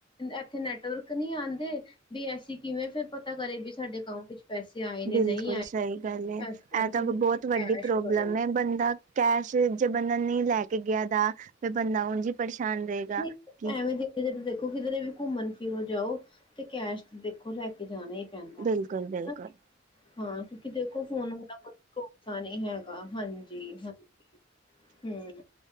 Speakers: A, on the left; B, on the right.
A: ਇੱਥੇ ਨੈਟਵਰਕ ਨਹੀ ਆਂਦੇ ਵੀ ਅਸੀ ਕਿਵੇਂ ਫੇਰ ਪਤਾ ਕਰੇ ਵੀ ਸਾਡੇ ਅਕਾਊਂਟ ਵਿੱਚ ਪੈਸੇ ਆਏ ਨੇ
B: ਬਿਲਕੁਲ
A: ਨਹੀਂ ਆਏ
B: ਸਹੀ ਗੱਲ ਹੈ
A: ਕਰਕੇ
B: ਇਹ ਤਾਂ ਬਹੁਤ
A: ਵੀ ਤੁਸੀਂ
B: ਵੱਡੀ
A: ਕੈਸ਼
B: ਪ੍ਰੋਬਲਮ
A: ਕਰੋ।
B: ਹੈ, ਬੰਦਾ ਕੈਸ਼ ਜੇ ਬੰਦਾ ਨਹੀਂ ਲੈ ਕੇ ਗਿਆ ਦਾ ਫੇਰ ਬੰਦਾ ਉਂਝ ਹੀ ਪਰੇਸ਼ਾਨ ਰਹੇਗਾ।
A: ਨਹੀਂ
B: ਕਿ
A: ਐਵੇਂ ਦੇ ਕਿਧਰ ਦੇਖੋ ਕਿਧਰੇ ਵੀ ਘੁੰਮਣ ਫਿਰਨ ਜਾਓ, ਤੇ ਕੈਸ਼ ਦੇਖੋ ਲੈ ਕੇ ਜਾਣਾ ਪੈਂਦਾ।
B: ਬਿਲਕੁਲ ਬਿਲਕੁਲ।
A: ਹੈ। ਹਾਂ ਕਿਉਂਕਿ ਦੇਖੋ ਫੋਨ ਦਾ ਕੋਈ ਭਰੋਸਾ ਨਹੀਂ ਹੈਗਾ, ਹਾਂਜੀ ਹਾਂਜੀ। ਫੇਰ